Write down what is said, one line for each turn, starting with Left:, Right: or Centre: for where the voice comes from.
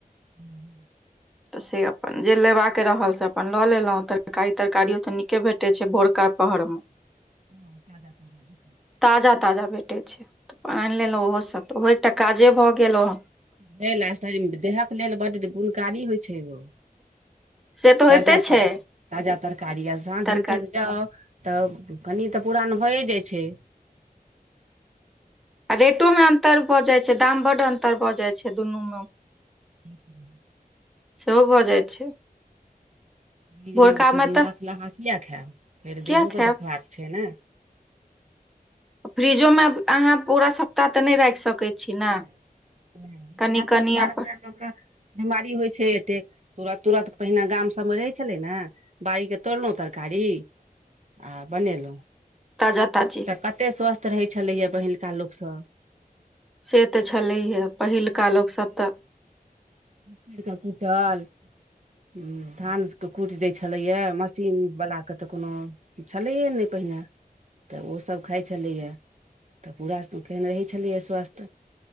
Right: हूँ
Centre: तऽ से अपन जे लेबाक रहल से अपन लऽ लेलहुँ तरकारी तरकारियो तऽ नीके भेटैत छै भोरका पहर में
Right: <inaudible> ताजा ताजा
Centre: ताजा ताजा भेटे छै तऽ अपन ऐन‌ लेलहुँ ओहो सभ तऽ ओहो एकटा काजे भऽ गेलँ
Right: भेल आ देह हाथ लेल बड्ड गुणकारी होइ छै ओ
Centre: से तऽ
Right: ताजा
Centre: होइते
Right: सब
Centre: छै
Right: ताजा तरकारी आ साँझ
Centre: तरकारी
Right: होतै तऽ जाउ तब कनि तऽ पुरान भइए जाइ छै
Centre: आ रेटो में अन्तर भऽ जाइत छै दाम बड़ अन्तर भऽ जाइ छै दुनू में
Right: ल <unintelligible>
Centre: सेहो भऽ जाइ छै
Right: फ्रिज
Centre: भोरकामे
Right: में ओतैय दीन
Centre: तऽ
Right: रखलाहा किएक खायब फेर देहू
Centre: किया खायब
Right: के देखबाक छै ने
Centre: फ्रिजो मे अहाँ पूरा सप्ताह ते नहि राखि सकैत छी ने
Right: इएह
Centre: कनि
Right: सब
Centre: कनि
Right: दुआरे
Centre: अपन
Right: लोक के बिमारी होइ छै एतेक तोरा-तोरा पहिने गाम सभमे रहै छलै ने बाड़ी के तोड़लहुँ तरकारी आ बनेलहुँ
Centre: ताजा ताजी
Right: तऽ कते स्वस्थ रहै छलैया पहिलका लोक सभ
Centre: से तऽ छलैए पहिलुका लोक सभ तऽ
Right: ऊखैड़ के कुटल ह धान के कुटि दै छलैया मशीन बला के तऽ कोनो छलैए ने पहिने तऽ ओ सभ खाइ छलैए तऽ पूरा केहन रहै छलियै स्वास्थ